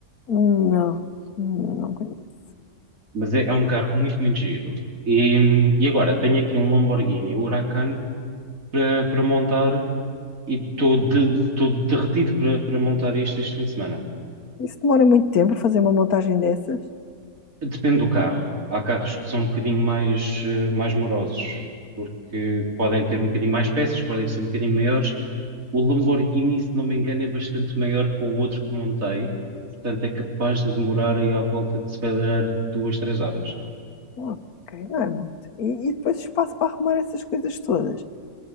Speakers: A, on the left (about 80°); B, on the right (about 65°).
A: Não, não conheço.
B: mas é, é um carro muito, muito giro. E, e agora tenho aqui um Lamborghini Huracan para para montar e estou de- estou derretido para para montar isto este fim de semana.
A: Isso demora muito tempo a fazer uma montagem dessas?
B: Depende do carro. Há carros que são um bocadinho mais, eh, mais morosos, porque podem ter um bocadinho mais peças, podem ser um bocadinho maiores. O Lamborghini, se não me engano, é bastante maior que o outro que montei, portanto é capaz de demorar aí à volta de se calhar duas, três horas.
A: Ok, não é muito. E, e depois espaço para arrumar essas coisas todas.